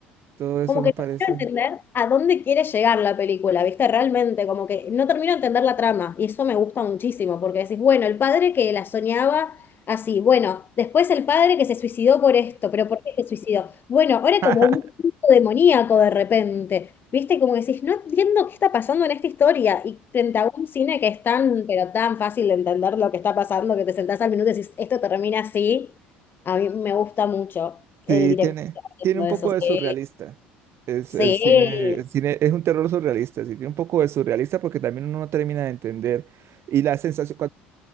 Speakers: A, on the right (about 55°); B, on the left (about 40°).
A: Todo eso
B: Como que
A: no
B: no
A: parece.
B: quiero entender a dónde quiere llegar la película, ¿viste? Realmente, como que no termino de entender la trama y eso me gusta muchísimo porque decís, bueno, el padre que la soñaba así, bueno, después el padre que se suicidó por esto, pero ¿por qué se suicidó? Bueno, ahora como
A: <laughs>
B: un culto demoníaco de repente, ¿viste? Como que decís, no entiendo qué está pasando en esta historia y frente a un cine que es tan, pero tan fácil de entender lo que está pasando que te sentás al minuto y decís, esto termina así, a mí me gusta mucho el
A: Sí,
B: director
A: tiene,
B: haciendo
A: tiene un
B: eso,
A: poco de
B: sí.
A: surrealista. Es,
B: Sí.
A: el cine, el cine es un terror surrealista, sí, tiene un poco de surrealista porque también uno no termina de entender. Y la sensación,